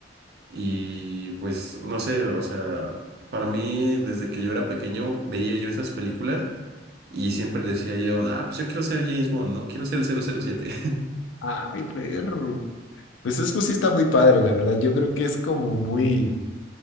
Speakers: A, on the right (about 55°); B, on the left (about 85°).
A: y pues no sé, o sea, para mí desde que yo era pequeño veía yo esas películas y siempre decía yo, ah, pues yo quiero ser James Bond, ¿no? Quiero ser el cero cero siete. <laughs>
B: Ay, perro. Pues es que sí está muy padre, la verdad. Yo creo que es como muy,